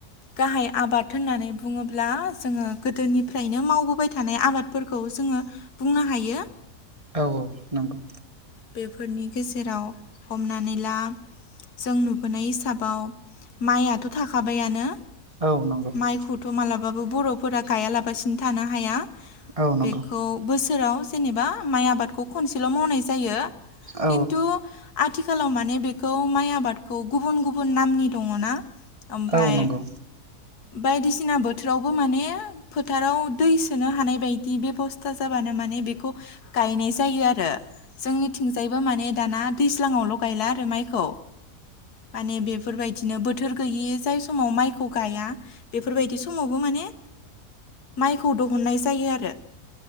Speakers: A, on the left; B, on the right.
A: गाहाय आबाद होननानै बुङोब्ला जोङो गोदोनिफ्रायनो मावबोबाय था नाय आबादफोरखौ जोङो बुंनो हायो।
B: औ औ नंगौ।
A: बेफोरनि गेजेराव हमनानै ला जों नुबोनाय हिसाबाव माइयाथ' थाखाबायानो
B: औ नंगौ औ
A: माइखौथ' मालाबाबो बर'फोरा गायालाबासिनो थानो हाया।
B: औ नंगौ
A: बेखौ बोसोराव जेनेबा माइ आबादखौ खनसेल' मावनाय जायो।
B: औ
A: खिन्थु आथिखालाव माने बेखौ माइ आबादखौ गुबुन गुब गुबुन नामनि दङ' ना ओमफाय
B: औ नंगौ औ नंगौ
A: बायदिसिना बोथोरावबो माने फोथाराव दै सोनो हानाय बायदि बेबस्था जाबानो माने बेखौ गायनाय जायो आरो। जोंनिथिंजायबो माने दाना दैज्लाङावल' गायला आरो माइखौ माने बेफोर बायदिनो बोथोर गैयि जाय समाव माइखौ गाया बेफोर बायदि समावबो माने माइखौ दहुननाय जायो आरो।